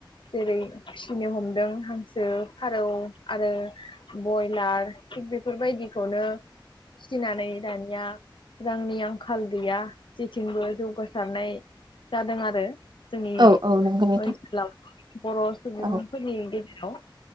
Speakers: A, on the left; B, on the right.
A: जेरै फिनो हमदों हांसो फारौ आरो बयलार थिग बेफोरबायदिखौनो फिसिनानै दानिया रांनि आं आंखाल गैया जेथिंबो जौगासारनाय जादों आरो जोंनि
B: औ औ नंगौ नोंथां
A: ओनसोलाव बर' सुबुंफोरनि
B: औ
A: गेजेराव